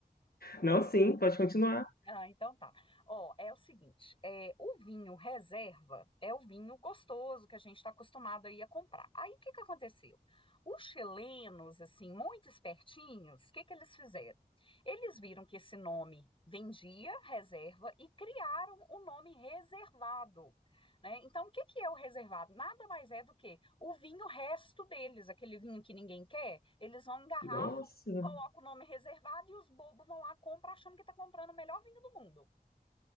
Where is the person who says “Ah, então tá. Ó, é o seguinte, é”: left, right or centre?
Left